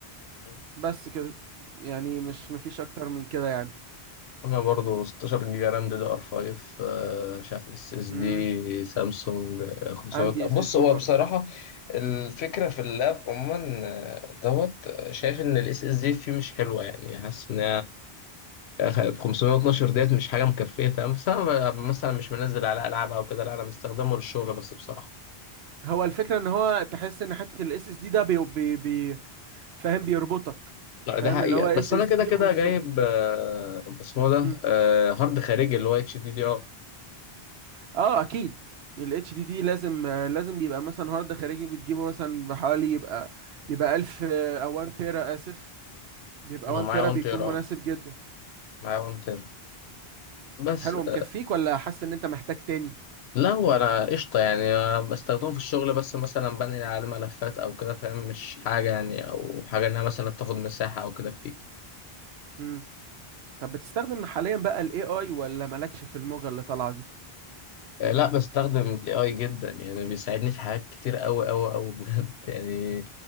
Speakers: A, on the left (about 85°); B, on the right (about 85°).
A: مم.
B: بس كده يعني مش مفيش اكتر من كده يعني
A: انا برضو 16 جيجا رام دي دي ار 5 مش عارف اس اس
B: مم.
A: دي سامسونج آه، 500
B: عندي
A: بص
B: اس اس دي
A: هو
B: برضو
A: بصراحة الفكرة في اللاب عموما آه، دوت آه، شايف ان الاس اس دي فيه مش حلوة يعني حاسس ان هي 512 ديت مش حاجة مكفية تمام بس أنا مثلا مش منزل على ألعاب أو كده لا أنا بستخدمه للشغل بس بصراحة
B: هو الفكرة ان هو تحس ان حتة الاس اس دي ده بي بي بي فاهم بيربطك
A: لا
B: فاهم
A: ده حقيقة
B: اللي هو اس
A: بس أنا
B: اس
A: كده
B: دي
A: كده
B: 500
A: جايب آه، اسمه ده
B: مم.
A: آه، هارد خارجي اللي هو اتش دي دي ار
B: اه اكيد الاتش دي دي لازم آه، لازم يبقى مثلا هارد خارجي بتجيبه مثلا بحوالي يبقى يبقى 1000 آه، او 1 تيرا اسف بيبقى
A: أنا
B: 1
A: معايا
B: تيرا
A: 1
B: بيكون
A: تيرا
B: مناسب
A: أه
B: جدا
A: معايا 1 تيرا بس
B: حلو
A: آه،
B: مكفيك ولا حاسس ان انت محتاج تاني
A: لا هو أنا قشطة يعني آه، بستخدمه في الشغل بس مثلا بنقل عليه ملفات أو كده فاهم مش حاجة يعني أو حاجة إنها مثلا تاخد مساحة أو كده كتير
B: مم. طب بتستخدم حاليا بقى الاي اي ولا مالكش في الموجة اللي طالعة دي
A: آه، لا بستخدم الاي اي جدا يعني بيساعدني في حاجات كتير قوي قوي قوي بجد <laughs> يعني